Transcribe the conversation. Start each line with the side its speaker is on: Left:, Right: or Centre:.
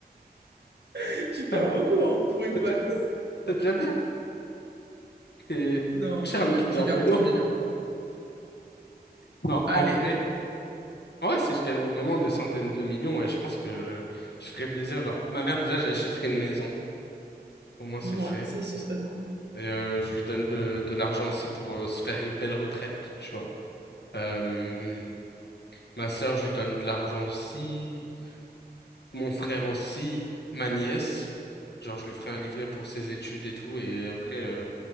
Right: <laughs> Tu perds
Left: ça va.
Right: beaucoup, hein, pour une
Left: C'est
Right: vanne.
Left: déjà c'est déjà bien. Et...
Right: Non,
Left: Il coûte cher
Right: t'inquiète,
Left: le Kinder
Right: tu gardes
Left: Bueno.
Right: ton million.
Left: Non,
Right: Allez.
Left: en vrai. Ouais, si je gagne vraiment des centaines de millions, ouais, je pense que je ferais plaisir. Genre, ma mère, déjà, j'achèterai une maison. Au moins, c'est
Right: Moi,
Left: fait.
Right: ça, ce serait cool.
Left: Et euh, je lui donne de, de l'argent aussi pour euh, se faire une belle retraite, tu vois. Euh, ma sœur, je lui donne de l'argent aussi. Mon frère aussi. Ma nièce. Genre, je lui ferai un livret pour ses études et tout. Et après, euh,